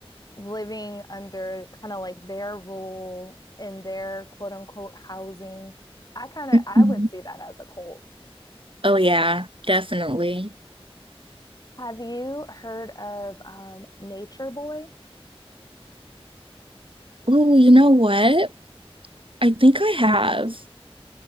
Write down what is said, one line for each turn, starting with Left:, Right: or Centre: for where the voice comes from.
Left: living under kind of like their rule in their quote unquote housing. I kind of
Right: Mhm.
Left: I would see that as a cult.
Right: Oh yeah, definitely.
Left: Have you heard of um, Nature Boy?
Right: Oh, you know what? I think I have.